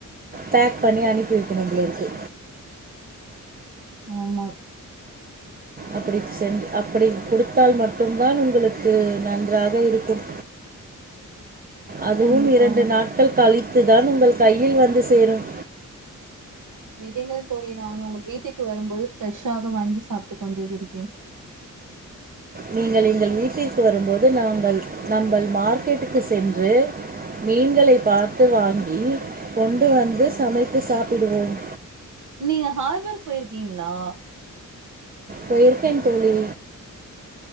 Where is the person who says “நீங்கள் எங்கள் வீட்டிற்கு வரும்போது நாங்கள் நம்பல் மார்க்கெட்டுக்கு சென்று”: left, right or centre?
Right